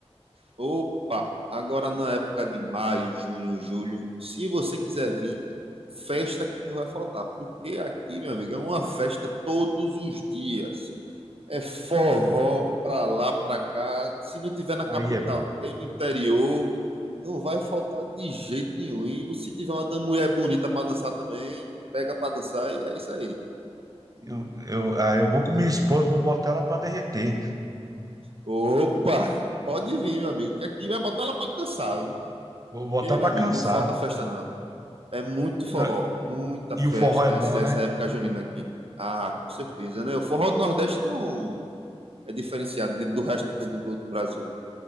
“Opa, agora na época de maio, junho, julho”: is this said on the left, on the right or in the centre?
Right